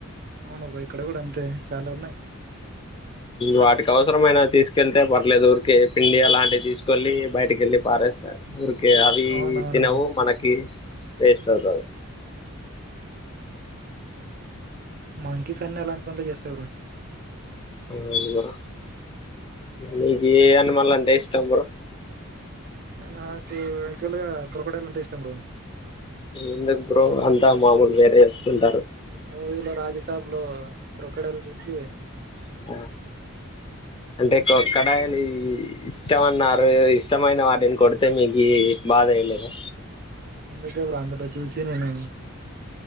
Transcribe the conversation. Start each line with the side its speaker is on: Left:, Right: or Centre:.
Right: అవున బ్రో ఇక్కడ కూడా అంతే చాలా ఉన్నాయి్
Left: వాటికి అవసరమైనా తీసుకెళ్తే పర్ ర్లేదు పిండి అలాంటి తీసుకు ఎళ్ళి బయటకెళ్ళీపారేస్తారు ఊరికి అవి
Right: అవునవును
Left: తినవు
Right: బ్రో
Left: మనకి వేస్ట్ అవుతది
Right: మంకీస్ అన్నీ ఎలాంటి పనులు చేస్తాయి బ్రో
Left: అవును బ్రొ నీకు ఏ యానిమల్ అంటే ఇష్టం బ్రో
Right: నాక క్రొకోడైల్ అంటే ఇష్టం బ్రో
Left: ఎందకు బ్రో అంతా మామూలు వేరే చెప్తుండు
Right: మూవీలో రాజసాబ్ లో క్రొకోడైల్ ఛూసి
Left: ఇష్టం? అంటే క్రొకోడైల్ ఇష్టమన్నారు ఇష్టమైన వాటిని కొడితే మీకు ఏ భాదెయలేద
Right: అందుకే బ్రొ అందులో చూసి నేను